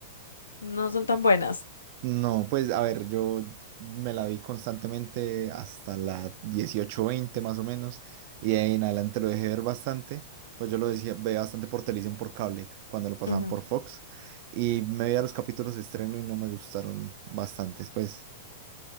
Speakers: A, on the left; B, on the right.
A: no son tan buenas.
B: No, pues a ver, yo me la vi constantemente hasta la dieciocho veinte más o menos, y de ahí en adelante lo dejé ver bastante. Pues yo lo decía, veía bastante por televisión, por cable, cuando lo pasaban
A: Ujú,
B: por Fox, y me veía los capítulos de estreno y no me gustaron bastantes, pues